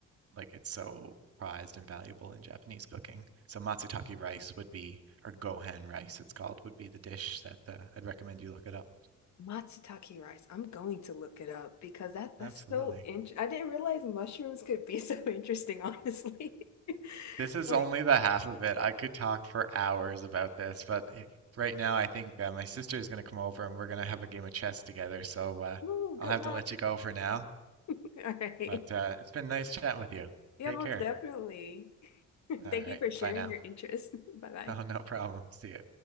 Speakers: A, on the right (about 50°); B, on the left (about 65°).
A: like it's so prized and valuable in Japanese cooking. So matsutake rice would be, or gohan rice, it's called, would be the dish that uh, I'd recommend you look it up.
B: Matsutake rice. I'm going to look it up because that that's
A: Absolutely.
B: so interesting. I didn't realize mushrooms could be so <laughs> interesting, honestly. <laughs>
A: This is
B: Like,
A: only the half of it. I could talk for hours about this, but eh, right now I think uh, my sister is going to come over and we're going to have a game of chess together. So uh,
B: oh,
A: I'll
B: good
A: have
B: luck.
A: to let you go for now.
B: <laughs> All right.
A: But uh, it's been nice chatting with you.
B: Yeah,
A: Take
B: most
A: care.
B: definitely. <laughs>
A: All
B: Thank you
A: right.
B: for sharing
A: Bye now.
B: your
A: <laughs>
B: interest. <laughs> Bye bye.
A: Oh, no problem. See ya.